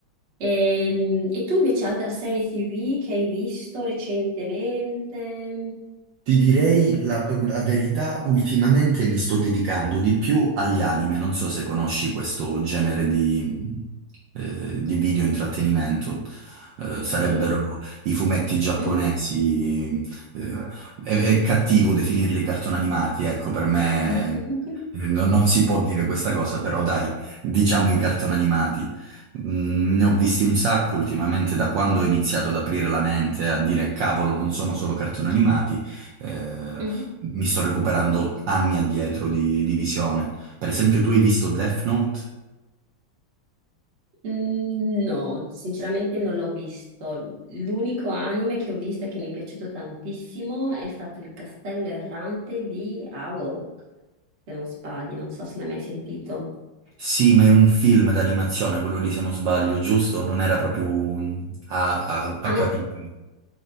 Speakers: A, on the right; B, on the right.
A: Ehm, E, tu invece altra serie TV che hai visto recentemente?
B: Ti direi la, la verità, ultimamente mi sto dedicando di più agli anime, non so se conosci questo genere di, eh, di video intrattenimento, Eh, sarebbero
A: Mm.
B: i fumetti giapponesi,
A: Mhm.
B: eh, è, è cattivo definirli cartoni animati, ecco, per me
A: <laughs>
B: eh, non non si può dire questa cosa, però dai, diciamo i cartoni animati. Mm, Ne ho visti un sacco ultimamente da quando ho iniziato ad aprire la mente, a dire cavolo, non sono solo cartoni animati eh,
A: Mhm.
B: mi sto recuperando anni addietro di, di visione. Per esempio, tu hai visto Death Note?
A: Mm, No, sinceramente non l'ho visto. L'unico anime che ho visto e che mi è piaciuto tantissimo è stato Il Castello Errante di Owl, se non sbaglio, non so se l'hai mai sentito.
B: Sì, ma è un film d'animazione, quello lì se non sbaglio, giusto? Non era proprio un- a, a, a
A: Ah,
B: capitoli.
A: no.